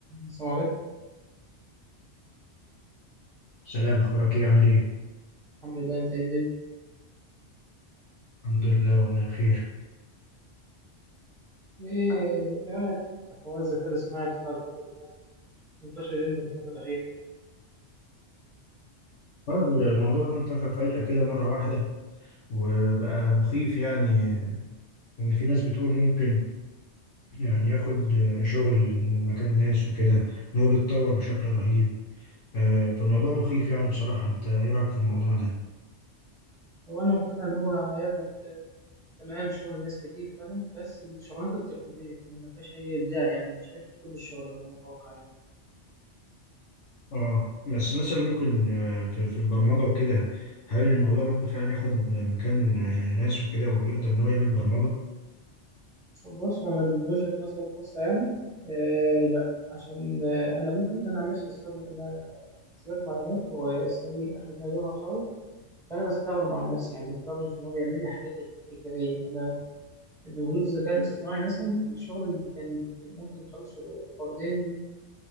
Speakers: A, in the centre; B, on the left.
A: السلام عليكم
B: سلام اخبارك ايه عامل ايه
A: الحمد لله انت ايه الدنيا
B: الحمد لله والله بخير
A: ايه ايه رايك في حوار الذكاء الاصطناعي طلع الفتره اللي فاتت منتشر جدا الفتره الاخيره
B: آه، الموضوع ده انتشر فجأة كده مرة واحدة وبقى مخيف يعني ان في ناس بتقول ممكن يعني ياخد شغل من مكان ناس وكده ان هو بيتطور بشكل رهيب آه، فالموضوع مخيف يعني بصراحة انت ايه رأيك في الموضوع ده
A: هو انا مقتنع ان هو هياخد آه، تمام شغل ناس كتير فعلا بس الشغلانات التقليديه اللي ما فيهاش اي ابداع يعني مش هياخد كل الشغل على ما اتوقع يعني
B: اه بس مثلا ممكن آه، في في البرمجة وكده هل الموضوع ممكن فعلا ياخد مكان ناس وكده ويقدر ان هو يعمل برمجة
A: بص هو من وجهه نظري الخاصه يعني آه لا عشان آه انا ممكن انا عن نفسي بستخدم انا حسابات معلومات والسنه دي اخر سنه ليا وهتخرج فانا بستخدم على نفسي يعني بستخدم في ان هو بيعمل لي حاجات تكراريه انا بوجود الذكاء الاصطناعي مثلا الشغل اللي كان ممكن يخلصه فردين